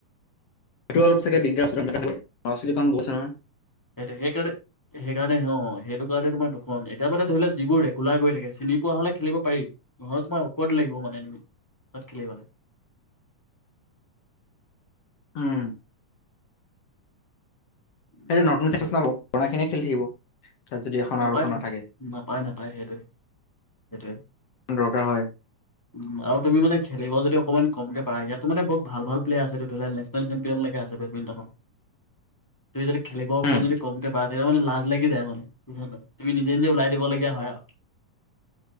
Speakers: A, on the left; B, in the centre.
A: সেইটো অলপ চাগে দিগদাৰৰাস্ীকণ বছে নহয়
B: সেই সেইকাৰণে সেইকাৰণে অ সেইটো তোমাৰ দুখন এতিয়া মাে ধৰি ললে যিবোৰ ৰেগুলাৰ গৈ থাকে চিনি পোৱা হ'লে খেলিব পাৰি ন তোমাৰ ঔকৰত লাগিব মানে তুমি তাত খেলিবলৈ
A: উম
B: উম
A: সেইটো নতুন
B: এইটোৱে
A: াবনা খিনিয় খেলি থাকিব তাত যদি এখন
B: নাপায়
A: আৰু এখন
B: ন
A: নাথাকে
B: নাপায় নাপায় সেইটোৱে সেইটোৱে
A: দৰকাৰ হয়
B: উম আৰু তুমি মানে খেলিবা যদি অকণমান কমকৈ পাৰ ইয়াতো মানে বহুত ভাল প্লেয়াৰ আছেতি ধৰি ললে নেনেল চেম্পিয়নলৈকে আছে বেডমিণ্টনৰ তুমিদি খেলিব অকমান
A: উম
B: যদি কমকে বাা তেয়া মানো লকে যায় মানে বুা নাই তুমি নিজে নিজে ওলাই দিব লগগীয়া হয় আৰু